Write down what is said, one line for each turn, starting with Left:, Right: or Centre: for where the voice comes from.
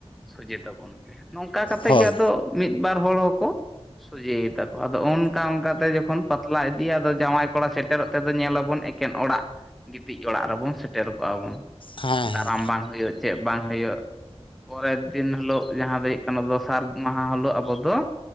Centre: ᱥᱚᱡᱷᱮ ᱛᱟᱵᱚᱱ ᱯᱮ᱾ ᱱᱚᱝᱠᱟ ᱠᱟᱛᱮᱜ
Left: ᱦᱳᱭ ᱦᱳᱭ ᱦᱳᱭ
Centre: ᱜᱮ ᱟᱫᱚ
Left: ᱦᱳᱭ
Centre: ᱢᱤᱫ ᱵᱟᱨ ᱦᱚᱲ ᱦᱚᱸᱠᱚ᱾ ᱥᱚᱡᱷᱮᱭ ᱛᱟᱠᱚ ᱟᱫᱚ ᱚᱱᱠᱟ ᱚᱝᱠᱟᱛᱮ ᱡᱚᱠᱷᱚᱱ ᱯᱟᱛᱞᱟ ᱤᱫᱤᱭᱟ ᱟᱫᱚ ᱡᱟᱶᱟᱭ ᱠᱚᱲᱟ ᱥᱮᱴᱮᱨᱚᱜ ᱛᱮᱫᱚ ᱧᱮᱞᱟᱵᱚᱱ ᱮᱠ ᱠᱮᱱ ᱚᱲᱟᱜ ᱜᱤᱛᱤᱡ ᱚᱲᱟᱜ ᱨᱮᱵᱚᱱ ᱥᱮᱴᱮᱨ ᱠᱚᱜᱼᱟ ᱵᱚᱱ᱾
Left: ᱦᱮᱸ
Centre: ᱫᱟᱨᱟᱢ
Left: ᱦᱮᱸ
Centre: ᱵᱟᱝ ᱦᱩᱭᱩᱜ ᱪᱮᱜ ᱵᱟᱝ ᱦᱩᱭᱩᱜ ᱯᱚᱨᱮᱨ ᱫᱤᱱ ᱦᱳᱞᱳᱜ ᱡᱟᱦᱟᱸ ᱫᱚ ᱠᱟᱱᱟ ᱫᱚᱥᱟᱨ ᱢᱟᱦᱟ ᱦᱳᱞᱳᱜ ᱟᱵᱚ ᱫᱚ